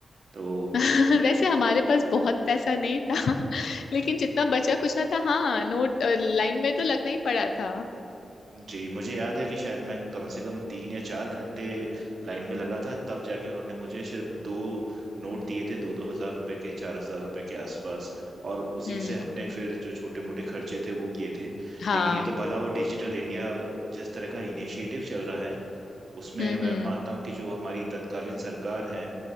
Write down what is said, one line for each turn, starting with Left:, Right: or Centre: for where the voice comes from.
Right: तो
Left: <laughs> वैसे हमारे पास बहुत पैसा नहीं था <laughs> लेकिन जितना बचा कुचा था हाँ नोट अ, लाइन में तो लगना ही पड़ा था
Right: जी मुझे याद है कि शायद मैं कम से कम तीन या चार घंटे लाइन में लगा था तब जाके उन्होंने मुझे सिर्फ दो नोट दिए थे दो दो हजार रुपए के चार हजार रुपए के आसपास और उसी
Left: हम्म
Right: से हमने फिर जो छोटे मोटे खर्चे थे वो किए थे
Left: हाँ
Right: लेकिन ये तो भला वो डिजिटल इंडिया जिस तरह का इनिशिएटिव चल रहा है उसमें
Left: हम्म
Right: मैं
Left: हम्म
Right: मानता हूँ कि जो हमारी तत्कालीन सरकार है